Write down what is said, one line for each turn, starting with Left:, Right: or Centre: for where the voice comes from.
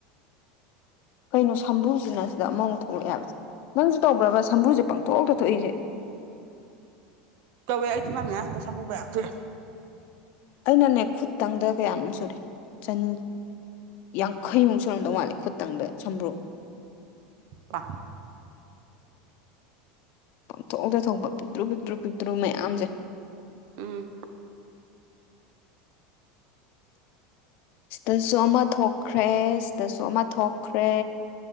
Left: ꯀꯩꯅꯣ ꯁꯝꯕ꯭ꯔꯨꯖꯤꯅ ꯁꯤꯗ ꯑꯃꯃꯨꯛ ꯊꯣꯛꯂꯛꯑꯦ ꯍꯥꯏꯕꯁꯦ ꯅꯪꯁꯨ ꯇꯧꯕ꯭ꯔꯕ ꯁꯝꯕ꯭ꯔꯨꯁꯦ ꯄꯪꯊꯣꯛꯇ ꯊꯣꯛꯏꯖꯦ
Right: ꯇꯧꯋꯦ ꯑꯩꯖꯨ ꯆꯤꯝꯕꯥꯜ ꯃꯌꯥꯁꯤꯗ ꯁꯝꯕꯔꯨ ꯃꯌꯥꯝ ꯊꯣꯛꯑꯦ
Left: ꯑꯩꯅꯅꯦ ꯈꯨꯠꯇꯪꯗ ꯀꯌꯥꯝ ꯁꯨꯔꯦ ꯆꯟ ꯌꯥꯡꯈꯩꯃꯨꯛ ꯁꯨꯔꯝꯗꯧ ꯃꯥꯜꯂꯦ ꯈꯨꯠꯇꯪꯗ ꯁꯝꯕ꯭ꯔꯨ
Right: ꯀ
Left: ꯄꯡꯊꯣꯡꯗ ꯊꯣꯡꯕ ꯄꯤꯛꯇ꯭ꯔꯨ ꯄꯤꯛꯇ꯭ꯔꯨ ꯄꯤꯛꯇ꯭ꯔꯨ ꯃꯌꯥꯝꯖꯦ
Right: ꯎꯝ
Left: ꯁꯤꯗꯁꯨ ꯑꯃ ꯊꯣꯛꯈ꯭ꯔꯦ ꯗꯁꯨ ꯑꯃ ꯊꯣꯛꯈ꯭ꯔꯦ